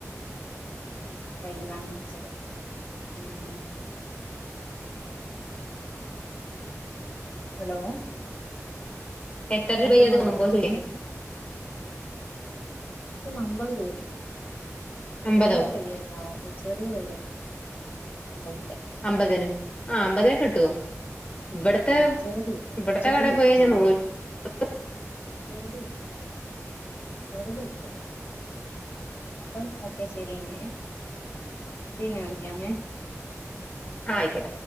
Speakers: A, on the left (about 45°); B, on the left (about 25°).
A: തൈ വാങ്ങി വെച്ചതാ ഉം ഹലോ
B: എത്ര രൂപയാ
A: കേൾക്കുന്നുണ്ടോ
B: അത് വോമ്പോ ചെയ്യാം
A: അമ്പത് രൂപന്ന
B: അമ്പതോ
A: ചെറിയ തയ്യായി ചെറിയ തയ്യായി അമ്പതി
B: അമ്പതിന് ആ അമ്പതിനൊ കിട്ടുവോ ഇവിടത്തെ
A: കിട്ടും കിട്ടും ചെറുത് കിട്ടും
B: ഇവിടത്തെ
A: ചെറുത്
B: കട
A: കിട്ടും
B: പോയിഴിഞ്ഞാ
A: ചെറുത്
B: ന
A: ചെറുത് ചെറുത് കിട്ടും അപ്പൊ ഓക്കെ ശരിങ്കേ പിന്നെ വിളിക്കാമേ
B: ആ ആയിക്കോട്ടെ